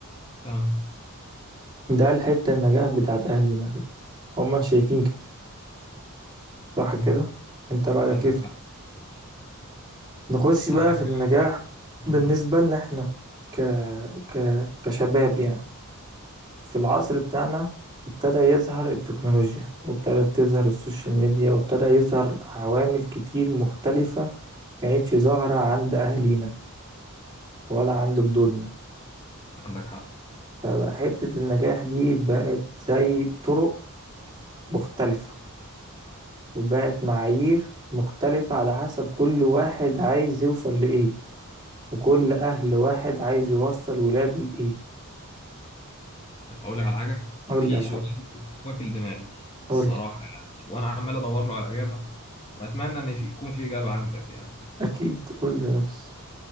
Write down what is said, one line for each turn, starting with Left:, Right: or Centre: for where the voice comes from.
Left: فاهم
Right: ده الحتة النجاح بتاعت أهلنا هما شايفين كده صح
Left: امم
Right: كده انت رأيك
Left: عندك
Right: ايه في-
Left: حق
Right: نخش بقى
Left: عندك
Right: في النجاح
Left: 100%
Right: بالنسبة لنا احنا ك... ك... كشباب يعني في العصر بتاعنا ابتدى يظهر التكنولوجيا وابتدت تظهر السوشيال ميديا وابتدى يظهر عوامل كتير مختلفة كانتش ظاهرة عند أهلينا ولا عند جدودنا
Left: عندك حق
Right: فبقى حتة النجاح دي بقت زي طرق مختلفة وبقت معايير مختلفة على حسب كل واحد عايز يوصل لإيه وكل أهل واحد عايز يوصل ولاده لإيه
Left: طب اقول لك على حاجه
Right: قول
Left: في
Right: لي على
Left: سؤال
Right: حاجة
Left: واكل دماغي
Right: قول
Left: الصراحه
Right: لي
Left: يعني وانا عمال ادور له على اجابه واتمنى ان في- يكون في اجابه عندك يعني
Right: أكيد قول لي يا ريس